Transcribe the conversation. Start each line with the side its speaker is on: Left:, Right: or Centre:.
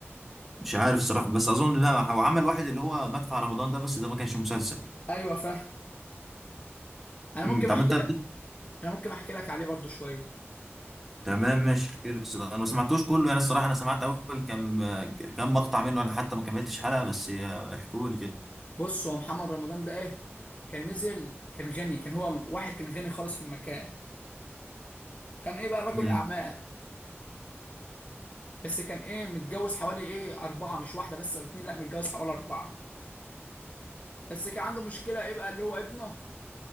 Centre: مش عارف صراحه بس اظن لا هو عمل واحد اللي هو مدفع رمضان ده بس ده ما كانش مسلسل
Left: ايوه فاهم انا
Centre: مم،
Left: ممكن
Centre: طب
Left: احكي
Centre: انت
Left: لك انا ممكن احكي لك عليه برضو شويه
Centre: تمام ماشي احكي لك الصداع انا ما سمعتوش كله يعني الصراحه انا سمعت اول كام كام مقطع منه انا حتى ما كملتش حلقه بس احكوا لي كده
Left: بص هو محمد رمضان ده ايه كان نزل كان غني كان هو واحد كان غني خالص في المكان كان ايه بقى رجل
Centre: امم
Left: اعمال بس كان ايه متجوز حوالي ايه اربعه مش واحده بس ولا اتنين لا متجوز حوالي اربعه بس كان عنده مشكله ايه بقى اللي هو ابنه